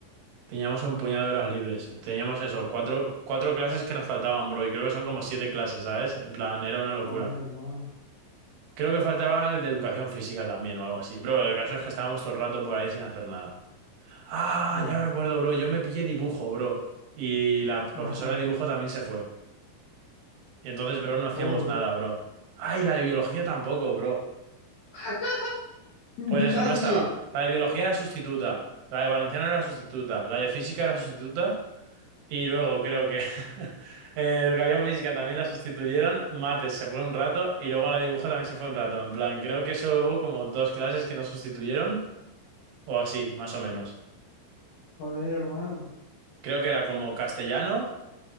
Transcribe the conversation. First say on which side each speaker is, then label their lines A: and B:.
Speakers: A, on the right; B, on the left.
A: Teníamos un puñado de horas libres. Teníamos eso, cuatro, cuatro clases que nos faltaban, bro. Y creo que son como siete clases, ¿sabes? En plan, era una locura.
B: Joder, hermano.
A: Creo que faltaba el de educación física también o algo así. Bro, el caso es que estábamos todo el rato por ahí sin hacer nada. Ah,
B: Ya.
A: ya me acuerdo, bro. Yo me pillé dibujo, bro. Y la profesora
B: Ajá.
A: de dibujo también se fue. Y entonces, bro, no hacíamos
B: Joder.
A: nada, bro. Ay, la de biología tampoco, bro.
B: <laughs>
A: Pues eso,
B: Nadie.
A: no estaba. La de biología era sustituta. La de valenciano era sustituta. La de física era sustituta. Y luego creo que <laughs> eh, educación física también la sustituyeron. Mates se fue un rato. Y luego la de dibujo también se fue un rato. En plan, creo que solo hubo como dos clases que no sustituyeron. O así, más o menos.
B: Joder, hermano.
A: Creo que era como castellano